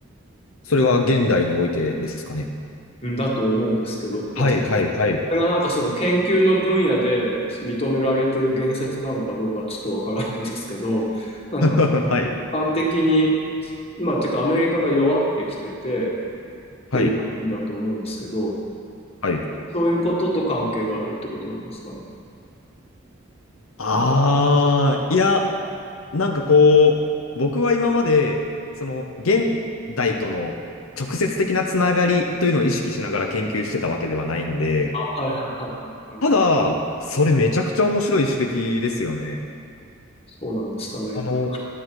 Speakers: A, on the left; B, on the left.
A: それは現代においてですかね。
B: うんだと思うんですけど、まあ、
A: はい、
B: そ
A: はい、はい。
B: れがなんかその研究の分野で認められてる言説なのかどうかちょっとわからないですけど、なんか
A: <laughs> はい、
B: 一般的に、まあ、てかアメリカが弱ってきててっていう意味だと思うんですけど、
A: はい、はい。
B: そういうことと関係があるってことなんですかね。
A: ああ、いや、なんかこう、僕は今まで、その現代との直接的なつながりというのを意識しながら研究してたわけではないんで、
B: あ、はいはいはいはい。なるほど。
A: ただ、それめちゃくちゃ面白い指摘ですよね。
B: そうなんですかね、よく。
A: あの、